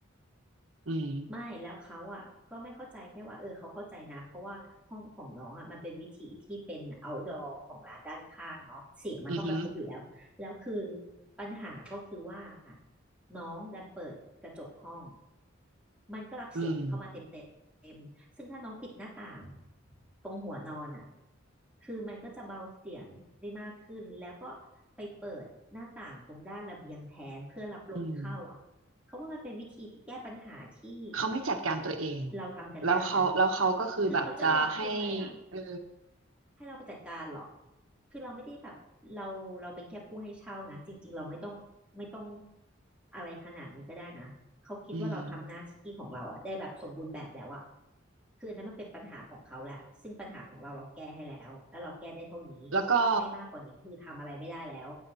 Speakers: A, on the right; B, in the centre.
A: อืม
B: ไม่แล้วเขาอ่ะก็ไม่เข้าใจแค่ว่าเออเขาเข้าใจนะเพราะว่าห้องของน้องอ่ะมันเป็นวิถีที่เป็น outdoor ของร้านด้านข้างเนาะเสียงมันต้องกระทบอยู่แล้วแล้วคือ
A: อือหือ
B: ปัญหาก็คือว่า น้องดันเปิดกระจกห้องมันก็รับเสียงเข้ามาเต็มเต
A: อืม
B: ็มซึ่งถ้าน้องปิดหน้าต่างตรงหัวนอนอ่ะคือมันก็จะเบาเสียงได้มากขึ้นแล้วก็ไปเปิดหน้าต่างตรงด้านระเบียงแทนเพื่อรับลมเข้าอ่ะเขาว่ามันเป็นวิธีที่แก้ปัญหาที่
A: อืมเขาไม่จัดการตัวเอง
B: เราทำกันได้นะ
A: แล้วเขาแล้วเขาก็คือแบบจะให้
B: คือเขาจะหวังพึ่งอะไรอ่ะ
A: เออ
B: ให้เราไปจัดการเหรอคือเราไม่ได้แบบเราเราเป็นแค่ผู้ให้เช่านะ จริงๆเราไม่ต้องไม่ต้องอะไรขนาดนี้ก็ได้นะเขาคิดว่าเราทำหน้าที่ของเราอะได้แบบสมบูรณ์แบบแล้วอะ
A: อืม
B: คืออันนั้นมันเป็นปัญหาของเขาแหละซึ่งปัญหาของเราเราแก้ให้แล้วแล้วเราแก้ได้เท่านี้
A: แล้วก็
B: ให้มากกว่านี้คือทำอะไรไม่ได้แล้ว